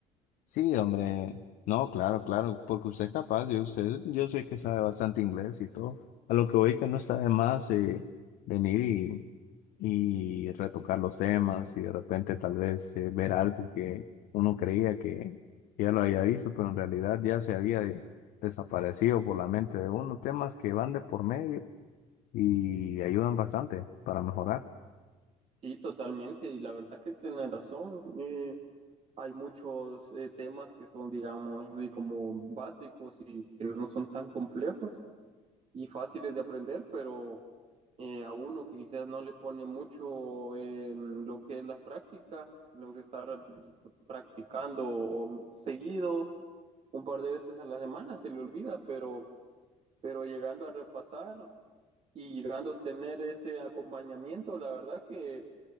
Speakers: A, on the left; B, on the right.
A: Sí, hombre. No, claro, claro, porque usted es capaz, yo, usted, yo sé que sabe bastante inglés y todo. A lo que voy que no está de más eh, venir y, y retocar los temas y de repente tal vez eh, ver algo que uno creía que ya lo había visto, pero en realidad ya se había de- desaparecido por la mente de uno. Temas que van de por medio y ayudan bastante para mejorar.
B: Sí, totalmente, y la verdad que tienen razón. Eh, hay muchos eh, temas que son, digamos, de como básicos y que no son tan complejos y fáciles de aprender, pero eh, a uno que quizás no le pone mucho eh, lo que es la práctica, lo que está practicando seguido un par de veces a la semana, se le olvida, pero pero llegando a repasar y llegando a tener ese acompañamiento, la verdad que